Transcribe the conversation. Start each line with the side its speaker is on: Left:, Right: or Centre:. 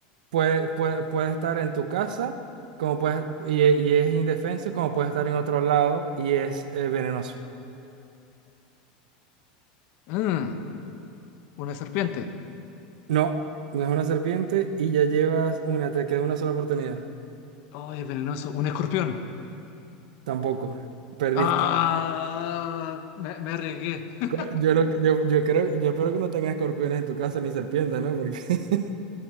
Right: puede, puede, puede estar en tu casa como puede, y, y es indefenso, como puede estar en otro lado y es eh, venenoso.
Left: Ah, una serpiente.
Right: No, no es una serpiente y ya llevas una, te queda una sola oportunidad.
Left: Oye, es venenoso. Un escorpión.
Right: Tampoco, perdiste.
Left: Ah, me, me arriesgué. <laughs>
Right: Co- Yo, no- yo, yo creo, yo espero que no tengas escorpiones en tu casa ni serpientes, ¿no? Porque, <laughs>